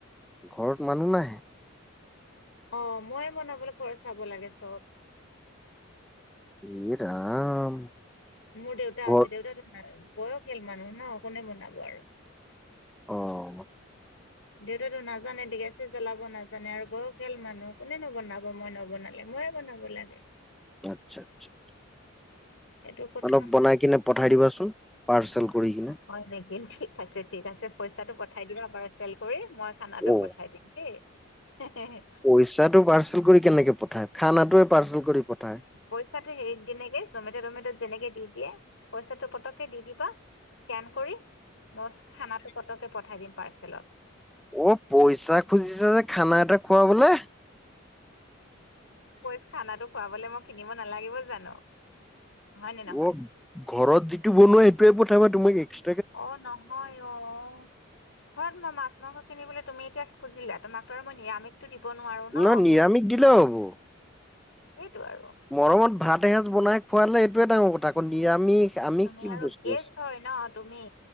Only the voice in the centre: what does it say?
ঘৰত মানুহ নাই?
এ ৰাম।
ঘৰত
অ।
আচ্ছা আচ্ছা।
অলপ বনাই কিনে পঠাই দিবাচোন পাৰ্চেল কৰি কিনে।
অ
পইচাটো পাৰ্চেল কৰি কেনেকে পঠায় খানাটোহে য়ে পাৰ্চেল কৰি পঠায়।
অ' পইচা খুজিছা যে, খানা এটা খুৱাবলে।
ৱ ঘৰত যিটো বনোৱা সেইটোয়ে পঠাবা তোমাক এক-
নহয় নিৰামিষ দিলেও হ'ব।
মৰমত ভাত এসাঁজ বনাই খোৱালে এইটোৱে ডাঙৰ কথা, আকৌ নিৰামিষ- আমিষ
কি
বস্তু
আছে।